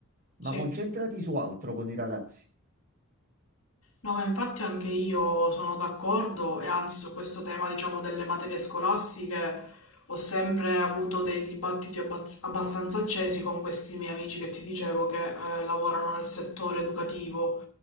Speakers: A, on the right; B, on the left.
A: ma
B: Sì.
A: concentrati su altro con i ragazzi.
B: No, ma infatti anche io sono d'accordo e anzi su questo tema, diciamo, delle materie scolastiche ho sempre avuto dei dibattiti abbaz- abbastanza accesi con questi miei amici che ti dicevo che eh, lavorano nel settore educativo,